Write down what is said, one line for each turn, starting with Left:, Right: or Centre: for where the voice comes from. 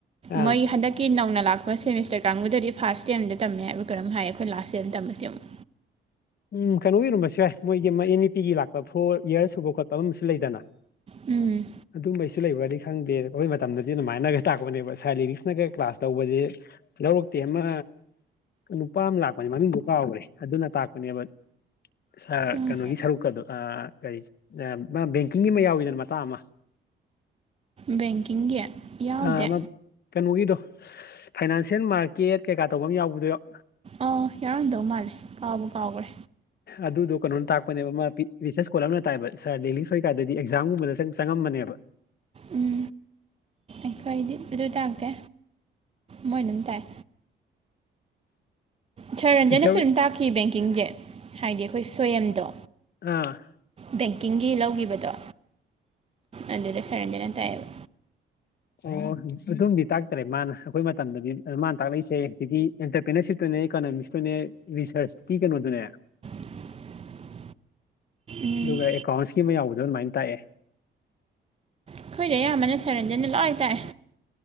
Left: ꯑꯥ
Right: ꯃꯣꯏꯒꯤ ꯍꯟꯗꯛꯀꯤ ꯅꯧꯅ ꯂꯥꯛꯄ ꯁꯦꯃꯤꯁꯇ꯭ꯔ ꯀꯥꯡꯒꯨꯗꯗꯤ ꯐꯥꯁ ꯁ꯭ꯇꯦꯝꯗ ꯇꯝꯃꯦ ꯍꯥꯏꯕ꯭ꯔ ꯀꯩꯅꯣꯝ ꯍꯥꯏꯌꯦ ꯈꯣ ꯈꯣꯏ ꯂꯥꯁꯁꯦꯝ ꯇꯝꯃꯁꯦ ꯑꯃꯨꯛ
Left: ꯎꯝ ꯀꯅꯣꯒꯤ ꯑꯣꯏꯔꯝꯕꯁꯨ ꯌꯥꯏ ꯃꯣꯏꯒꯤ ꯃꯩ ꯑꯦꯟ_ꯏ_ꯄꯤ ꯒꯤ ꯂꯥꯛꯄ ꯐꯣꯔ ꯌ꯭ꯔ ꯁꯨꯕ ꯈꯣꯠꯄ ꯑꯃꯁꯨ ꯂꯩꯗꯅ
Right: ꯎꯝ
Left: ꯑꯗꯨꯝꯕꯩꯁꯨ ꯂꯩꯕ꯭ꯔꯗꯤ ꯈꯪꯗꯦ ꯈꯣꯏ ꯃꯇꯝꯗꯗꯤ ꯑꯗꯨꯃꯥꯏꯅꯒ ꯇꯥꯛꯄꯅꯦꯕ ꯁ꯭ꯔ ꯂꯤꯔꯤꯛꯁꯅꯒ ꯀ꯭ꯂꯥꯁ ꯂꯧꯕꯖꯦ ꯂꯧꯔꯛꯇꯦ ꯑꯃ ꯅꯨꯄꯥ ꯑꯃ ꯂꯥꯛꯄꯅꯤ ꯃꯃꯤꯡꯗꯨ ꯀꯥꯎꯒ꯭ꯔꯦ ꯑꯗꯨꯅ ꯇꯥꯛ <unintelligible> ꯁ꯭ꯔ
Right: ꯎꯝ
Left: ꯀꯅꯣꯒꯤ ꯁꯔꯨꯛꯀꯗꯣ ꯑꯥ ꯀꯔꯤ ꯑꯥ ꯃ ꯕꯦꯡꯀꯤꯡꯒꯤ ꯑꯃ ꯌꯥꯎꯋꯤꯗꯅ ꯃꯇꯥꯡ ꯑꯃ
Right: ꯕꯦꯡꯀꯤꯡꯒꯤ ꯌꯥꯎꯗꯦ
Left: ꯑꯥ ꯃ ꯀꯅꯣꯒꯤꯗꯣ ꯐꯥꯏꯅꯥꯟꯁꯦꯟ ꯃꯥꯔꯀꯦꯠ ꯀꯩꯀꯥ ꯇꯧꯕ ꯑꯝ ꯌꯥꯎꯕꯗꯣ ꯌꯥꯎ
Right: ꯑꯥ ꯌꯥꯎꯔꯝꯗꯧ ꯃꯥꯜꯂꯦ ꯀꯥꯎꯕꯨ ꯀꯥꯎꯒ꯭ꯔꯦ
Left: ꯑꯗꯨꯗꯣ ꯀꯅꯣꯅ ꯇꯥꯛꯄꯅꯦꯕ ꯑꯃ ꯄꯤ ꯔꯤꯁ꯭ꯔꯁ ꯁ꯭ꯀꯣꯂꯔ ꯑꯃꯅ ꯇꯥꯛꯑꯦꯕ ꯁ꯭ꯔ ꯂꯤꯂꯤꯁ ꯍꯣꯏꯀꯥꯟꯗꯗꯤ ꯑꯦꯛꯖꯥꯝꯒꯨꯝꯕꯗ ꯇꯪ ꯆꯪꯉꯝꯕꯅꯦꯕ
Right: ꯎꯝ ꯑꯩꯈꯣꯏꯗꯤ ꯑꯗꯨ ꯇꯥꯛꯇꯦ ꯃꯣꯏꯅ ꯗꯨꯝ ꯇꯥꯛꯑꯦ ꯁ꯭ꯔ ꯔꯟꯖꯟꯅꯁꯨ
Left: ꯁꯤꯁꯇꯔ
Right: ꯗꯨꯝ ꯇꯥꯛꯈꯤ ꯕꯦꯡꯀꯤꯡꯖꯦ ꯍꯥꯏꯗꯤ ꯑꯈꯣꯏ ꯁꯣꯌꯝꯗꯣ
Left: ꯑ
Right: ꯕꯦꯡꯀꯤꯡꯒꯤ ꯂꯧꯒꯤꯕꯗꯣ ꯑꯗꯨꯗ ꯁꯥꯔ ꯔꯟꯖꯟꯅ ꯇꯥꯛꯑꯦꯕ
Left: ꯑꯣ ꯑꯗꯨꯝꯗꯤ ꯇꯥꯛꯇ꯭ꯔꯦ ꯃꯥꯅ ꯑꯈꯣꯏ ꯃꯇꯝꯗꯗꯤ ꯃꯥꯅ ꯇꯥꯛꯂꯛꯏꯁꯦ ꯍꯨꯖꯤꯛꯀꯤ ꯑꯦꯟꯇꯔꯄ꯭ꯔꯦꯅꯔꯁꯤꯞꯇꯨꯅꯦ <unintelligible> ꯇꯨꯅꯦ ꯔꯤꯁꯔꯁꯀꯤ ꯀꯩꯅꯣꯗꯨꯅꯦ
Right: <inaudible> ꯎꯝ
Left: ꯑꯗꯨꯒ ꯑꯦꯀꯥꯎꯟꯁꯀꯤ ꯑꯃ ꯌꯥꯎꯕꯗꯣ ꯑꯗꯨꯃꯥꯏꯅ ꯇꯥꯛꯑꯦ
Right: ꯑꯩꯈꯣꯏꯗꯤ ꯑꯌꯥꯝꯕꯅ ꯁꯥꯔ ꯔꯟꯖꯟꯅ ꯂꯣꯏ ꯇꯥꯛꯑꯦ